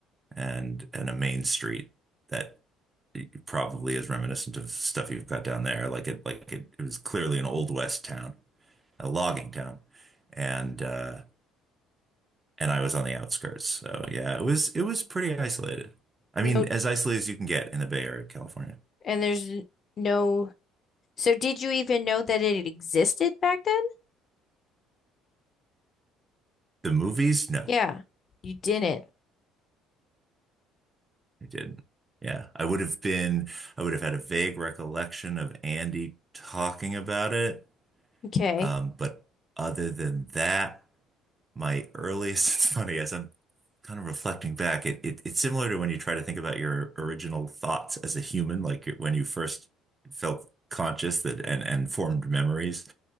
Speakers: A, on the right; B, on the left.
A: and and a main street that it probably is reminiscent of stuff you've got down there. Like it, like it, it was clearly an old west town, a logging town, and uh, and I was on the outskirts. So yeah, it was it was pretty isolated. I
B: No,
A: mean, as isolated as you can get in the Bay Area of California.
B: and there's no. So did you even know that it existed back then?
A: The movies, no,
B: Yeah, you didn't.
A: I didn't. Yeah, I would have been, I would have had a vague recollection of Andy talking about it,
B: Okay.
A: um, but other than that, my earliest, <laughs> it's funny as I'm kind of reflecting back, it, it it's similar to when you try to think about your original thoughts as a human, like when you first felt conscious that and, and formed memories.